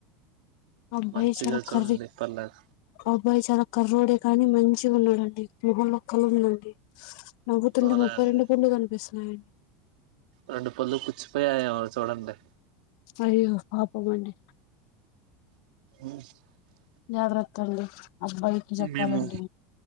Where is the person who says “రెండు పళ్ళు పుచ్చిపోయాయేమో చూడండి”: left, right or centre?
Right